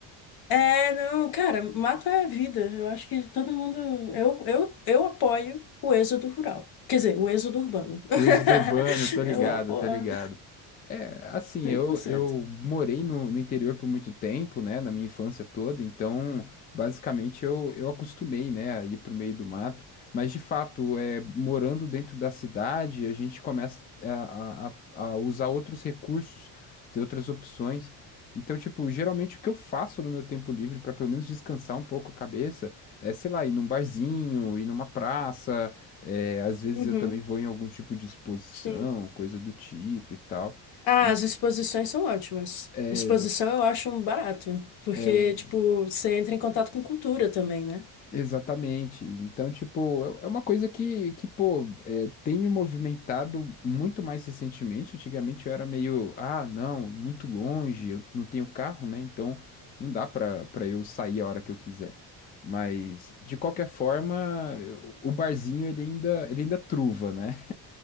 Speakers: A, on the left; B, on the left.
A: É, não, cara, mato é vida. Eu acho que todo mundo. Eu, eu, eu apoio o êxodo rural. Quer dizer, o êxodo urbano. <laughs>
B: O êxodo urbano, tô
A: Eu
B: ligado,
A: apoio
B: tô ligado. É, assim,
A: 100%.
B: eu, eu morei no, no interior por muito tempo, né, na minha infância toda, então, basicamente, eu, eu acostumei, né, a ir pro meio do mato, mas, de fato, é, morando dentro da cidade, a gente começa a, a, a usar outros recursos, ter outras opções, então, tipo, geralmente o que eu faço no meu tempo livre, para pelo menos descansar um pouco a cabeça, é, sei lá, ir num barzinho, ir numa praça, é, às vezes
A: Uhum,
B: eu também vou em algum tipo de exposição,
A: sim.
B: coisa do tipo e tal.
A: Ah,
B: E-
A: as exposições são ótimas.
B: É,
A: Exposição
B: exa-
A: eu acho um barato, porque,
B: é o...
A: tipo, você entra em contato com cultura também, né?
B: Exatamente. Então, tipo, é é uma coisa que, que pô, é, tem me movimentado muito mais recentemente. Antigamente eu era meio, ah, não, muito longe, eu não tenho carro, né? Então não dá pra, pra eu sair a hora que eu quiser. Mas, de qualquer forma, eu- o barzinho ele ainda, ele ainda truva, né?